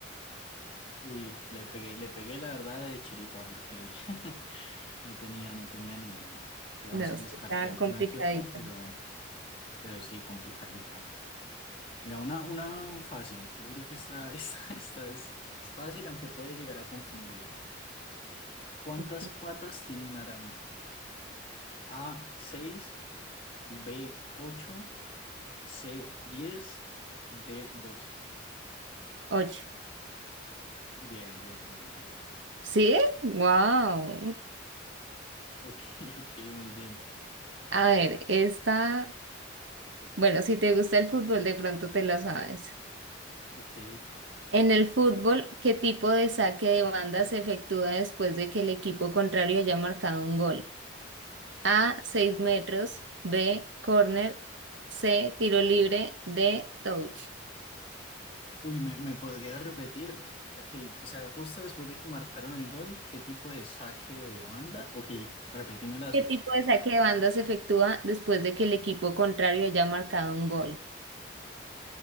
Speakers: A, on the left; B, on the right.
A: Uy, le pegué, le pegué la verdad de chiripa porque <laughs> no tenía, no tenía ni idea. Digamos
B: No,
A: que
B: sí,
A: descarté
B: está
A: alguna
B: complicadita.
A: que otra, pero, pero sí, complicadita. Mira, una, una fácil. Yo creo que esta, <laughs> esta, esta es es fácil, aunque puede llegar a confundir. ¿Cuántas
B: Ok.
A: patas tiene una araña? A, seis B, ocho C, diez D, doce
B: Ocho.
A: Bien, bien, bien, bien.
B: ¿Sí? Wow.
A: Ok, <laughs> ok, muy bien.
B: A ver, esta, bueno, si te gusta el fútbol, de pronto te la sabes.
A: Ok.
B: En el fútbol, ¿qué tipo de saque de banda se efectúa después de que el equipo contrario haya marcado un gol? A, 6 metros. B, corner. C, tiro libre. D, touch.
A: Uy, ¿me, me podría repetir? o- Ok, o sea, justo después de que marcaron el gol, ¿qué tipo de saque de banda? Ok, repetime las
B: ¿Qué
A: opciones.
B: tipo de saque de banda se efectúa después de que el equipo contrario haya marcado un gol?